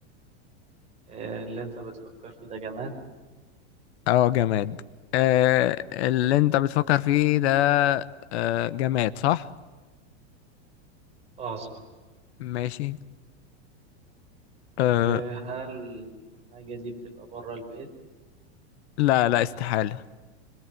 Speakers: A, on the right; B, on the left.
A: آه، اللي انت بتفكر فيه ده جماد
B: اه جماد آه اللي انت بتفكر فيه ده آه جماد صح
A: اه صح
B: ماشي آه
A: آه، هل الحاجة دي بتبقى بره البيت
B: لا لا استحالة